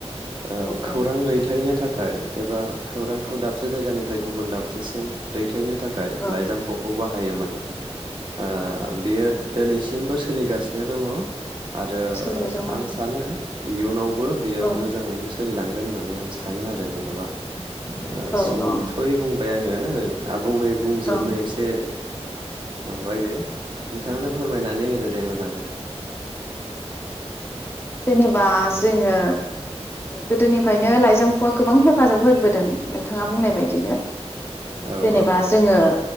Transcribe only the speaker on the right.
ओ
खौरां
दैथायनो थाखाय एबा खौरांखौ
दाबसे जायगानिब फ्राय गुबुन दाबसेम दै थायनो थाखाय
लाइजामख'खौ
बाहायोमोन ओ
बियो दोनैसिमबो सोलिगासिनो दङ। आरो
आं सानो इउनावबो
मोजाङैनो स सोलिलांगोन होननानै आं सानो आरो जेन'बा ओ
सोंथ'यै
बुं <unintelligible> बुंङै बुंजोबनो
एसे माबायो नोंथाङानो फोरमायनानै होदो दे मोजाङै
औ
औ